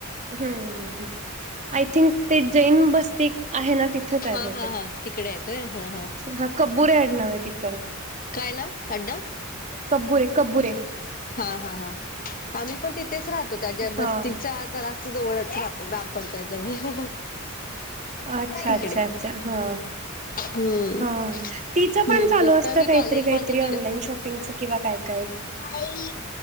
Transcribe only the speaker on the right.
हम्म, आय थिंक ते जैन बस्ती आहे ना तिथ तिथंच हाय
बहुतेक.
हा कबुर्रे अडनावय तिच.
कबुरे कबुरे.
हा
हा.
अच्छा
अच्छा अच्छा हा.
हा तिचं
पण चालू असत
काहीतरी
काहीतरी
ऑनलाईन शॉपिंगच किंवा काय काय.